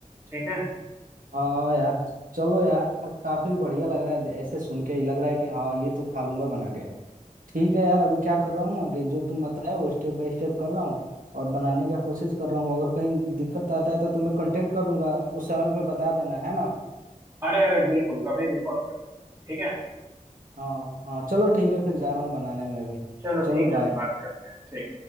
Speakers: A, on the right (about 20°); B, on the right (about 80°).
A: ठीक है
B: हाँ यार चलो यार काफी बढ़िया लग रहा है ऐसे सुन के ही लग रहा है कि हाँ ये तो खा लूंगा बना के ठीक है यार अभी क्या कर रहा हूँ ना कि जो तुम बताए वो स्टेप बाय स्टेप कर रहा हूँ और बनाने का कोशिश कर रहा हूँ अगर कहीं दिक्कत आता है तो तुम्हें कांटेक्ट कर लूंगा उस समय पे बता देना है ना
A: अरे अरे बिल्कुल कभी भी कॉल करना ठीक है
B: हाँ हाँ चलो ठीक है फिर जा रहा हूँ बनाने में भी
A: चलो
B: चलो
A: ठीक है हम
B: बाय
A: बात करते हैं ठीक